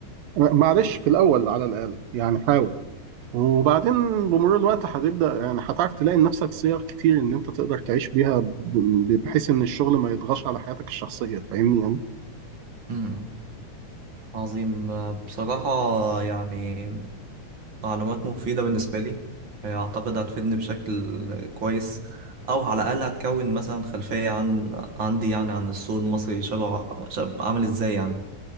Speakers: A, on the right; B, on the right.
A: معلش في الاول على الاقل يعني حاول وبعدين بمرور الوقت هتبدأ يعني هتعرف تلاقي لنفسك صيغ كتير ان انت تقدر تعيش بيها ب- بحيث ان الشغل ما يضغطش على حياتك الشخصية فاهمني يعني
B: امم عظيم آه، بصراحة يعني معلومات مفيدة بالنسبة لي آه، أعتقد هتفيدني بشكل كويس أو على الأقل هتكون مثلا خلفية عن عندي يعني عن السوق المصري شبه شبه عامل إزاي يعني